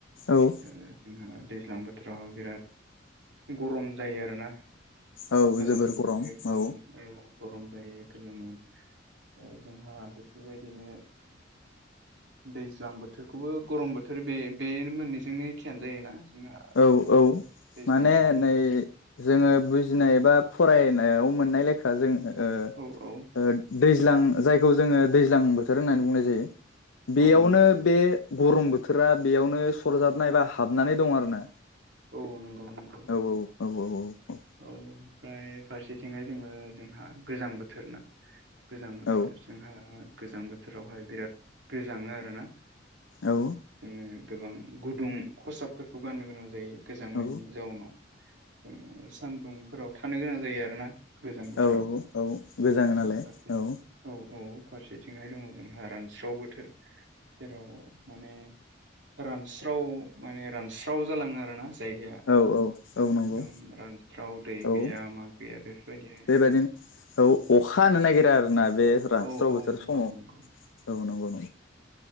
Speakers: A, on the left; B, on the right.
A: औ
B: ओ जोंहा दैज्लां बोथोराव बिराद गरम जायो आरोना
A: औ
B: गोलोम
A: जोबोर गरम
B: एकदम
A: औ
B: औ गरम जायो गोलोमो दा जोंहा बेफोरबायदिनो दैज्लां बोथोरखौबो गरम बोथोर बे बे मोननैजोंनो एखेयानो जायोना? जोंहा मा
A: औ औ
B: होनो दैज्लां
A: माने
B: बोथोर
A: नै
B: आरो
A: जोङो बुजिनाय बा फरायनायाव मोननाय लेखा जों ओ
B: औ औ
A: ओ दैज्लां जायखौ जोङो दैज्लां बोथोर होननानै बुंनाय जायो बेयावनो
B: औ नंगौ
A: बे गरम बोथोरा बेयावनो सरजाबनाय एबा हाबनानै दं आरोना
B: औ नंगौ नंगौ
A: औ औ औ औ औ औ
B: औ ओमफ्राय फारसेथिंहाय जोङो जोंहा गोजां बोथोर ना गोजां बोथोर
A: औ
B: जोंहा गोजां बोथोरावहाय बिरात गोजांडों आरोना
A: औ।
B: जोङो गोबां गुदुं खसाबफोरखौ गाननो गोनां जयो गोजांनायनि
A: औ
B: जाउनाव। जोङो सानदुंफोराव थानो गोनां जायो आरोना। गोजां बोथोराव
A: औ औ गोजाङो
B: ओ
A: नालाय
B: फारसे
A: औ।
B: औ फारसेथिंहाय दङ जोंहा रानस्राव बोथोर। जेराव माने रानस्राव माने रानस्राव जालाङो आरोना जायगाया
A: औ औ औ नंगौ।
B: एकदम रानस्राव दै
A: औ
B: गैया
A: ओ
B: मा गैया बेफोरबायदिहाय
A: बेबादिनो औ अखा हानो नागिर आरोना बे रानस्राव
B: औ औ
A: बोथोर
B: नंगौ
A: समाव
B: नंगौ
A: औ नंगौ